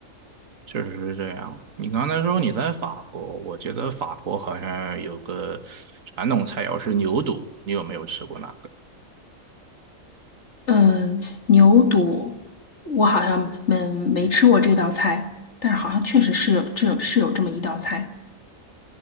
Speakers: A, on the right (about 80°); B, on the left (about 60°).
A: 确实是这样。你刚才说你在法国，我觉得法国好像有个传统菜肴是牛肚，你有没有吃过那个？
B: 嗯，牛肚我好像没没吃过这道菜，但是好像确实是有这是有这么一道菜。